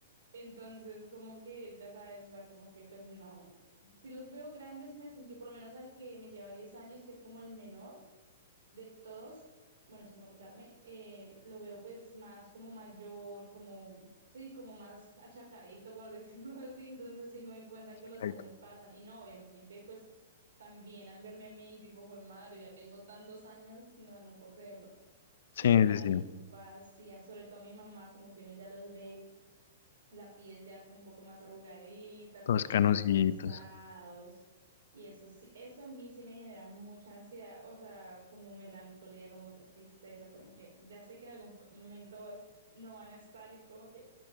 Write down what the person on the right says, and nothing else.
Entonces, como que, ya sabes, o sea, como que pues no, si los veo grandes en el sentido, por lo menos al que me lleva 10 años, que es como el menor, de todos, bueno, sin contarme, eh, lo veo pues más como mayor, como, sí, como más achacadito, por <laughs> decirlo así, entonces sí me doy cuenta que
los años pasan y no, obviamente pues también al verme a mí, digo, joder, madre, ya tengo tantos años, no, no puedo creerlo.
Y al ver
a
mis papás y a- sobre todo a mi mamá, como que uno ya los ve la piel ya como un poco más arrugadita,
como un poco
más cansados. Y eso sí, eso a mí sí me genera mucha ansiedad, o sea, como melancolía, como tristeza, como que ya sé que en algún p- momento no van a estar y es como que